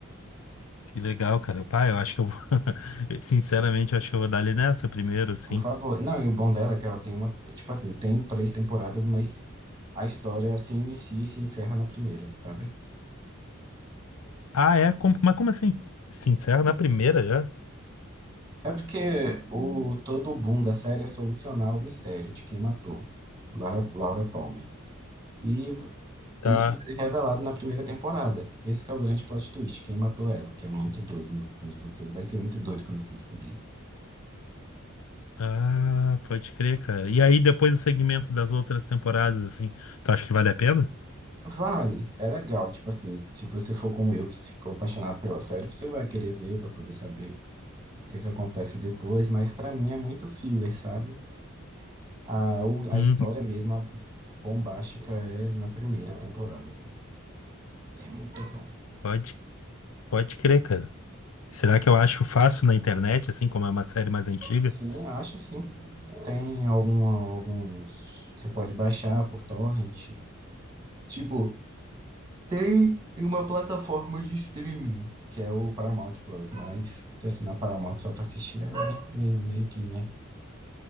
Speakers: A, on the left; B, on the right.
A: Que legal, cara. pai eu acho que eu vou. <laughs> Sinceramente, eu acho que eu vou dar ali nessa primeiro, assim.
B: Por favor. Não, e o bom dela é que ela tem uma. é, Tipo assim, tem três temporadas, mas a história assim inicia e se encerra na primeira, sabe?
A: Ah, é? Como- Mas como assim? Sincero, na primeira já?
B: É porque o todo o boom da série é solucionar o mistério de quem matou Laura, Laura Palmer. E
A: Tá.
B: isso foi revelado na primeira temporada. Esse que é o grande plot twist, quem matou ela, que é muito doido quando você vai ser muito doido quando você descobrir.
A: Ah, pode crer, cara. E aí depois o segmento das outras temporadas, assim. Tu acha que vale a pena?
B: Vale, é legal, tipo assim, se você for como eu que ficou apaixonado pela série, você vai querer ver para poder saber o que que acontece depois, mas para mim é muito filler, sabe? A, o- a
A: Hum,
B: história mesmo, a bombástica é na primeira temporada, velho. É muito bom.
A: pode, pode crer, cara. Será que eu acho fácil na internet, assim, como é uma série mais antiga?
B: Sim, acho sim. Tem algum, alguns. Você pode baixar por torrent. Tipo, Tem uma plataforma de streaming, que é o Paramount Plus, mas se assinar Paramount só pra assistir ela, é meio, meio que, né?